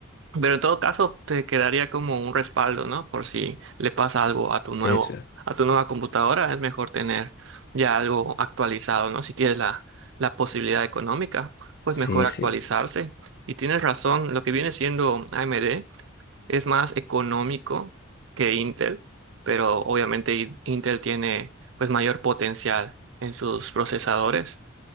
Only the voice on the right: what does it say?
Pero en todo caso, te quedaría como un respaldo, ¿no? Por si le pasa algo a tu nuevo,
a tu nueva computadora, es mejor tener ya algo actualizado, ¿no? Si tienes la, la posibilidad económica, pues
mejor actualizarse.
Y tienes razón, lo que viene siendo AMD es más económico que Intel, pero obviamente I- Intel tiene pues mayor potencial en sus procesadores.